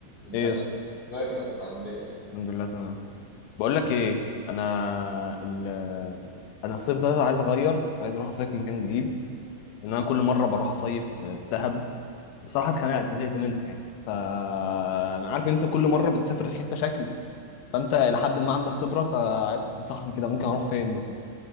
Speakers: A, on the left; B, on the left.
A: ازيك
B: ايه يا اسطى
A: ازيك يا اسطى عامل ايه؟
B: الحمد لله تمام بقول لك ايه انا ال انا الصيف ده عايز اغير عايز اروح اصيف في مكان جديد لان انا كل مره بروح اصيف في دهب بصراحه اتخنقت زهقت منها يعني فانا عارف انت كل مره بتسافر حته شكل فانت الى حد ما عندك خبره فعايز تنصحني كده ممكن اروح فين مثلا